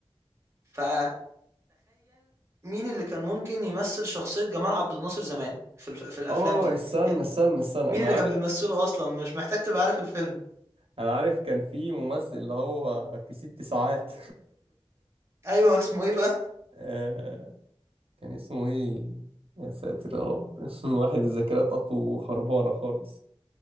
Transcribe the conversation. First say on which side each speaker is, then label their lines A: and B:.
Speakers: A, on the right (about 25°); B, on the right (about 70°).
A: فتخيل مين اللي كان ممكن يمثل شخصية جمال عبد الناصر زمان في الف... في الأفلام
B: اه
A: دي
B: استنى
A: يعني
B: استنى استنى
A: مين
B: انا
A: اللي
B: عارف
A: كان بيمثله أصلا مش محتاج تبقى عارف الفيلم
B: انا عارف كان في ممثل اللي هو في ست ساعات
A: أيوه اسمه إيه بقى
B: <laughs> آه، كان اسمه ايه يا ساتر يا رب <laughs> الواحد الذاكرة بتاعته خربانة خالص